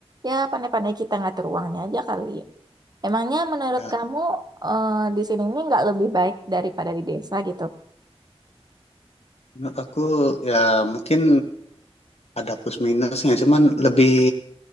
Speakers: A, on the right (about 40°); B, on the left (about 80°).
A: Ya pandai-pandai kita ngatur uangnya aja kali. Emangnya menurut
B: Ya,
A: kamu eh, di sini ini nggak lebih baik daripada di desa gitu?
B: menurut aku ya mungkin ada plus minusnya cuman lebih